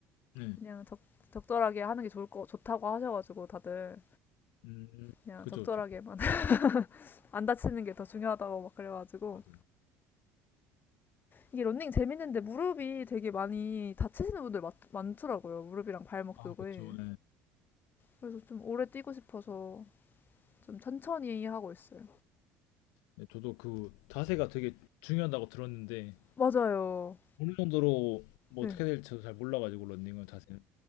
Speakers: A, on the left (about 80°); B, on the left (about 40°).
A: 네,
B: 그냥 적, 적절하게 하는 게 좋을 거 좋다고 하셔가지고 다들
A: 음,
B: 그냥
A: 그쵸
B: 적절하게만
A: 그쵸
B: <laughs> 안 다치는 게 더 중요하다고 막 그래가지고
A: 맞아요
B: 이게 런닝 재밌는데 무릎이 되게 많이 다치시는 분들 많, 많더라고요. 무릎이랑 발목
A: 아
B: 쪽에.
A: 그쵸 예.
B: 그래서 좀 오래 뛰고 싶어서 좀 천천히 하고 있어요.
A: 네. 저도 그 자세가 되게 중요하다고 들었는데
B: 맞아요.
A: 어느 정도로 뭐
B: 네.
A: 어떻게 될지 저도 잘 몰라가지고 런닝은 자세는